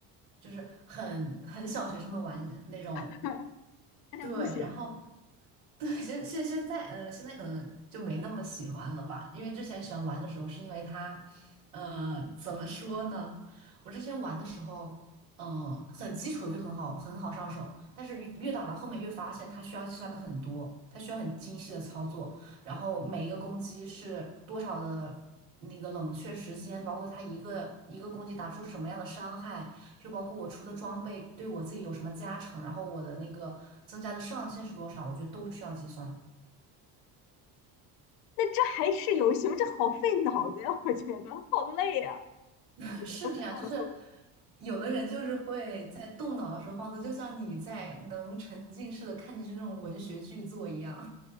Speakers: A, on the right (about 55°); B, on the left (about 60°).
A: 就是很很小学生的玩那种。
B: <laughs> 大家都喜
A: 对，然后对，现现现在，嗯，现在可能就没那么喜欢了吧，因为之前喜欢玩的时候，是因为它，呃，怎么说呢？我之前玩的时候，嗯、很基础就很好，很好上手，但是越越打到后面越发现它需要计算的很多，它需要很精细的操作，然后每一个攻击是多少的那个冷却时间，包括它一个一个攻击打出什么样的伤害，就包括我出的装备对我自己有什么加成，然后我的那个增加的上限是多少，我觉得都需要计算。
B: 那这还是游戏吗？这好费脑子呀，我觉得好累呀，
A: <laughs> 是这样，
B: 不放松。
A: 就是有的人就是会在动脑的时候放松，就像你在能沉浸式的看进去那种文学巨作一样。